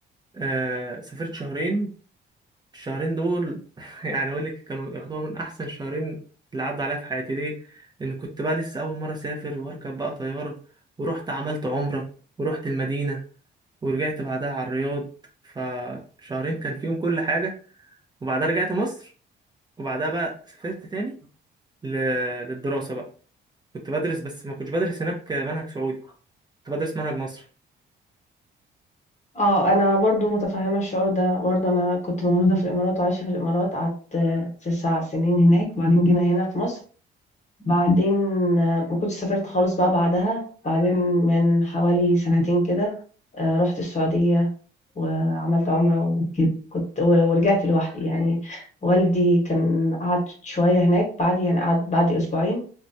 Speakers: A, on the right; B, on the left.
A: آه سافرت شهرين الشهرين دول <laughs> يعني اقول لك كانوا يعتبروا من احسن شهرين اللي عدوا عليا في حياتي ليه ان كنت بقى لسه اول مره اسافر واركب بقى طياره ورحت عملت عمره ورحت المدينه ورجعت بعدها على الرياض فشهرين كان فيهم كل حاجه وبعدها رجعت مصر وبعدها بقى سافرت تاني ل- للدراسة بقى كنت بدرس بس ما كنتش بدرس هناك منهج سعودي كنت بدرس منهج مصري
B: آه، أنا برضه متفهمة الشعور ده، برضه أنا كنت مولودة في الإمارات وعايشة في الإمارات، قعدت 9 سنين هناك، وبعدين جينا هنا في مصر. بعدين آه، ما كنتش سافرت خالص بقى بعدها بعدين من حوالي سنتين كده آه، رحت السعودية وعملت عمرة وكده كنت و- ورجعت لوحدي يعني والدي كان قعد شوية هناك بعد يعني قعد بعد أسبوعين